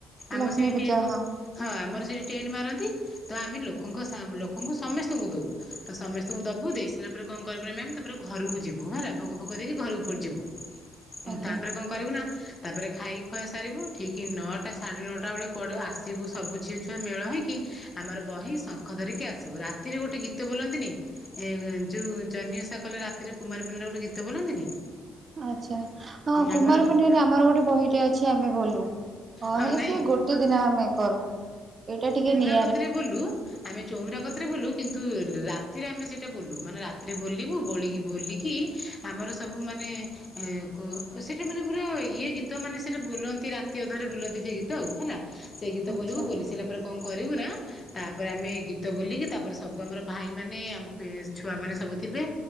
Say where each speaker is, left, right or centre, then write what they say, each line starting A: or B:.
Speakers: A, on the left; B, on the right.
A: ଆମର
B: ଲକ୍ଷ୍ମୀ
A: ସେଠି
B: ପୂଜା
A: ଟ ହଁ ଆମର ସେଠି ଟେନ୍ ମାର ଇ ତ ଆମେ ଲୋକଙ୍କ ଲୋକଙ୍କୁ ସମସ୍ତେ ସମଙ୍କୁ ଦବ ତ ସମସ୍ତଙ୍କୁ ଦବୁ ଦେଇ ସାରା ପରେ କଣ କରିବୁନି ମ ତାପରେ ଘରକୁ ଯିବୁ ହେଲା ଭୋଗ ଫୋଗ ଦେଇକି ଘରକୁ ପ ଯିବୁ
B: ଆଜ୍ଞା
A: ତାପରେ କଣ କରିବୁ ନା ତାପରେ ଖାଇ ଖୁଆ ସାରିବୁ ଠିକ୍ ନଅଟା ସାଢ଼େ ନଅଟା ବେଳେ କୁଆଡ଼େ ଆିବୁ ସୁଝିଅ ଛୁଆ ମେ ହେ ହୋଇକି ଆମର ବହି ଶଙ୍ଖ ଧରିକି ଆସିବୁ ରାତିରେ ଗୋଟେ ଗୀତ ବୋଲନ୍ତିନି ଏ ଯୋଉ ଜନିୁଷା କଲେ ରାତିରେ କୁମାରପୂଣ୍ଣ୍ଡରେ ଗୋଟେ ଗୀତ ବୋଲନ୍ତିନି
B: ଆ୍ଛା ହଁ କୁମାର
A: ଆମର
B: ପଣ୍ଡାରେ ଆମର ଗୋଟେ ବହିଟେ ଅଛି ଆମେ ବୋଲୁ
A: ହଁ
B: ହେଲେ
A: ନାଇଁ
B: ସେ ଗୋଟେ ଦିନ ଆମେ କରୁ ଏଇଟା ଟିକେ ନି
A: କରେ ବୋଲୁ ଆମେ ଚଉମରାା କତରେ ବଲ କିନ୍ତୁ ରାତିରେ ଆମେ ସେଇଟା ବୋଲୁ ମାନେ ରାତିରେ ବୋଲିବୁ ବୋଳିକି ବୋଲିକି ଆମର ସବୁ ମାନେ କ ସେଇଟା ମାନେ ପୁରା ଇଏ ଗୀତ ମାନେ ସେଟା ବୋଲନ୍ତି ରାତି ଅଧରେ ବୋଲନ୍ତି ସେ ଗୀତ ଆଉ ହେଲା ସେ ଗୀତୋଲିବୁ
B: ଆଚ୍ଛା।
A: ବୋଲିଲ ସିଲା ପରେ କଣ କରିବୁ ନା ତାପରେ ଆମେ ଗୀତ ବୋଲିକି ତାପରେ ସବୁ ଆମର ଭାଇମାନେ ଆମ ଛୁଆମାନେ ସବୁ ଥିବେ